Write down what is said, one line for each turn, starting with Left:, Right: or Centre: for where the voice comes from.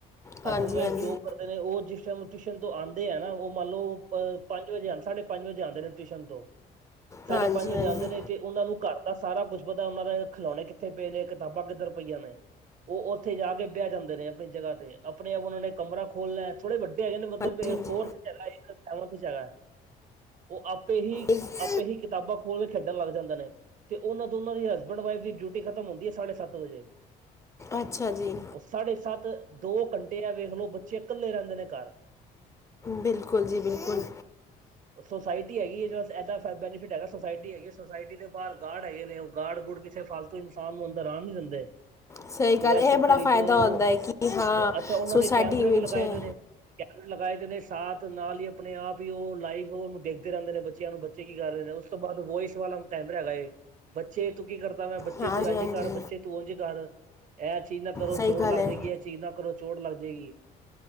Left: ਹਾਂਜੀ
Right: ਹਸਬੈਂਡ ਵਾਈਫ
Left: ਹਾਂਜੀ
Right: ਜੋਬ ਕਰਦੇ ਨੇ ਉਹ ਜਿਸ ਟਾਈਮ ਟਿਊਸ਼ਨ ਤੋਂ ਆਉਂਦੇ ਹੈ ਨਾ, ਉਹ ਮੰਨ ਲਓ ਅ ਪੰਜ ਵਜੇ ਆ ਸਾਢੇ ਪੰਜ ਵਜੇ ਆਉਂਦੇ ਨੇ। ਟਿਊਸ਼ਨ ਤੋਂ ਸਾਢੇ
Left: ਹਾਂਜੀ
Right: ਪੰਜ ਵਜੇ
Left: ਹਾਂਜੀ
Right: ਜਾਂਦੇ ਨੇ ਤੇ ਉਹਨਾਂ ਨੂੰ ਘਰ ਦਾ ਸਾਰਾ ਕੁੱਛ ਪਤਾ, ਉਹਨਾਂ ਦੇ ਖਿਲੌਣੇ ਕਿੱਥੇ ਪਏ ਨੇ, ਕਿਤਾਬਾਂ ਕਿੱਧਰ ਪਈਆਂ ਨੇ ਉਹ ਉੱਥੇ ਜਾ ਕੇ ਬਹਿ ਜਾਂਦੇ ਨੇ ਆਪਣੀ ਜਗ੍ਹਾ ਤੇ। ਆਪਣੇ ਆਪ ਉਹਨਾਂ ਨੇ ਕਮਰਾ ਖੋਲਣਾ ਥੋੜੇ ਵੱਡੇ ਹੈਗੇ ਨੇ ਮਤਲਬ
Left: ਹਾਂਜੀ
Right: ਇਹ
Left: ਹਾਂਜੀ
Right: ਫੋਰਥ ਚ ਹੈਗਾ ਸੈਵਥ ਚ ਹੈਗਾ ਉਹ ਆਪੇ ਹੀ
Left: ਇੱਕ-
Right: ਆਪੇ ਹੀ ਕਿਤਾਬਾਂ ਖੋਲ ਕੇ ਖੇਡਣ ਲੱਗ ਜਾਂਦੇ ਨੇ। ਤੇ ਉਹਨਾਂ ਤੋਂ ਉਹਨਾਂ ਦੀ ਹਸਬੈਂਡ ਵਾਈਫ ਦੀ ਡਿਊਟੀ ਖਤਮ ਹੁੰਦੀ ਹੈ ਸਾਢੇ ਸੱਤ ਵਜੇ
Left: ਅੱਛਾ ਜੀ
Right: ਸਾਢੇ ਸੱਤ ਦੋ ਘੰਟੇ ਆ ਵੇਖ ਲੋ ਬੱਚੇ ਇਕੱਲੇ ਰਹਿੰਦੇ ਨੇ। ਘਰ
Left: ਬਿਲਕੁਲ ਜੀ ਬਿਲਕੁਲ
Right: ਸੋਸਾਇਟੀ ਹੈਗੀ ਹੈ ਜਿਹੜਾ ਇਦਾ ਬੈਨੀਫਿਟ ਹੈਗਾ। ਸੋਸਾਇਟੀ ਹੈਗੀ ਹੈ ਸੋਸਾਇਟੀ ਦੇ ਬਾਹਰ ਗਾਰਡ ਹੈਗੇ ਨੇ ਉਹ ਗਾਰਡ ਗੁੜ ਕਿੱਥੇ ਫਸ। ਕੋਈ ਇਨਸਾਨ ਨੂੰ ਅੰਦਰ ਆਰਾਮ ਨੀ ਦਿੰਦੇ
Left: ਸਹੀ
Right: ਤੇ
Left: ਗੱਲ
Right: ਇਸ
Left: ਇਹ
Right: ਚੱਕਰ
Left: ਬੜਾ
Right: ਵਿੱਚ,
Left: ਫਾਇਦਾ
Right: ਉਹ
Left: ਹੁੰਦਾ ਹੈ ਕਿ ਹਾਂ
Right: ਅੱਛਾ ਉਹਨਾਂ
Left: ਸੁਸਾਇਟੀ
Right: ਨੇ ਕੈਮਰੇ
Left: ਵਿੱਚ
Right: ਵੀ ਲਗਾਏ
Left: ਹੈ
Right: ਦੇ ਨੇ। ਕੈਮਰੇ ਲਗਾਏ ਦੇ ਨੇ ਸਾਥ ਨਾਲ ਹੀ ਆਪਣੇ ਆਪ ਹੀ ਉਹ ਲਾਈਵ ਉਹਨੂੰ ਦੇਖਦੇ ਰਹਿੰਦੇ, ਨੇ ਬੱਚਿਆਂ ਨੂੰ ਬੱਚੇ ਕੀ ਕਰ ਰਹੇ ਨੇ, ਉਸ ਤੋਂ ਬਾਅਦ ਵੋਇਸ ਵਾਲਾ ਕੈਮਰਾ ਹੈਗਾ ਏ ਬੱਚੇ ਕੀ ਕਰਦਾ ਬੱਚੇ
Left: ਹਾਂਜੀ
Right: ਤੂੰ ਇੰਝ
Left: ਹਾਂਜੀ
Right: ਕਰ ਬੱਚੇ ਤੂੰ ਉਝ ਕਰ, ਇਹ ਚੀਜ਼ ਨਾ ਕਰੋ
Left: ਸਹੀ
Right: ਚੋਟ
Left: ਗੱਲ
Right: ਲੱਗ
Left: ਹੈ
Right: ਜਾਏਗੀ। ਇਹ ਚੀਜ਼ ਨਾ ਕਰੋ ਚੋਟ ਲੱਗ ਜਾਏਗੀ।